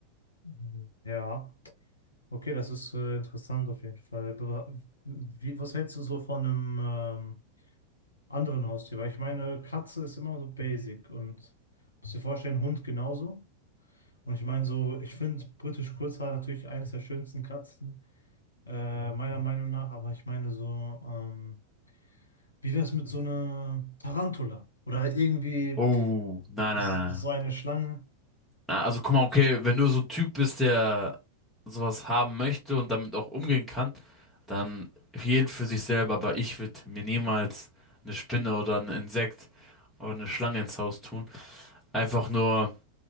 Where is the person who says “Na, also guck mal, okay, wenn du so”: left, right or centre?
Centre